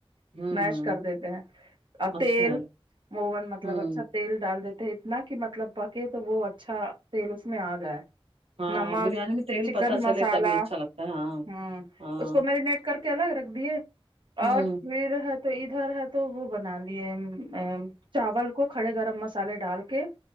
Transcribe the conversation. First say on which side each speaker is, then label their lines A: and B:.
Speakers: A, on the right (about 80°); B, on the right (about 55°).
A: ہوں
B: میش
A: ہوں
B: کر دیتے ہیں اور
A: اچھا
B: تیل اوون مطلب
A: ہوں
B: اچھا تیل ڈال دیتے اتنا کہ مطلب پکے تو وہ اچھا تیل اس میں آ جائے
A: ہاں
B: نمک
A: بریانی میں تیل
B: چکن
A: پتہ چلے
B: مسالہ
A: تبھی اچھا لگتا ہے ہاں
B: ہوں
A: ہاں
B: اس کو میرینیٹ کر کے الگ رکھ دیے
A: ہوں
B: اور پھر ہے تو ادھر ہے تو وہ بنا لیے چاول کو کھڑے گرم مسالے ڈال کے